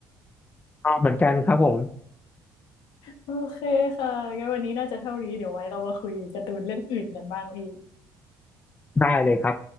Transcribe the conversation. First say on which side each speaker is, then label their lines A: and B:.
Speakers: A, on the left (about 20°); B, on the left (about 65°).
A: อ๋อเหมือนกันครับผม
B: โอเคค่ะงั้นวันนี้น่าจะเท่านี้เดี๋ยวไว้เรามาคุยการ์ตูนเรื่องอื่นกันบ้างพี่
A: ได้เลยครับ